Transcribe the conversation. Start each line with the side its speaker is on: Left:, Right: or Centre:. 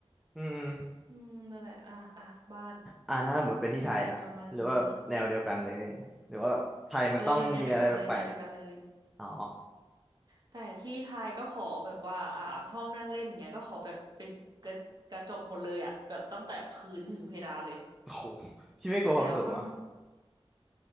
Centre: อืม
Right: อืมนั่นแหละ อ่ะอ่ะบ้าน
Centre: อ่าถ้าหมดเป็นที่ไทยอ่ะหรือว่าแบบแนวเดียวกันเลยหรือว่าแบบไทยมันต้องมีอะไรแปลก
Right: นี่แหละประมาณนี้ เออแนวเดียวกันเลยแนวเดียวกันเลย
Centre: ๆอ๋อ
Right: แต่ที่ไทยก็ขอแบบว่าอ่าห้องนั่งเล่นเงี้ยก็ขอแบบเป็นกระกระจกหมดเลยอ่ะแบบตั้งแต่พื้นถึงเพดานเลย
Centre: โอ้โหพี่ไม่กลัวความสูงเหรอ่ะ
Right: แล้วข้าง